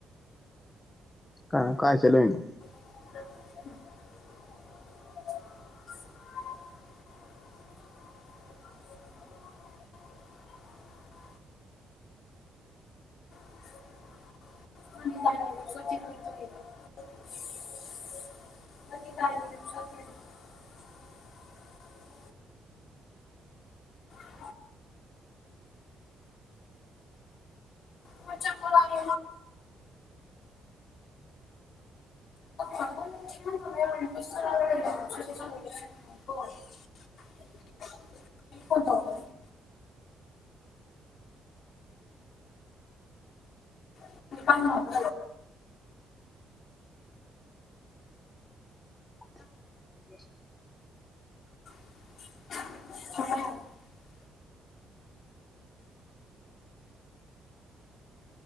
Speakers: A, on the left (about 20°); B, on the left (about 65°).
A: ꯑꯥ ꯀꯥꯏ ꯆꯠꯂꯨꯏꯅꯣ
B: <inaudible> <inaudible> <inaudible> <unintelligible> <inaudible> ꯃꯥ ꯆꯥꯄꯣꯠ ꯂꯝꯃꯦ <unintelligible> <unintelligible> <unintelligible> <unintelligible>
A: <unintelligible> ꯌꯦ
B: <inaudible>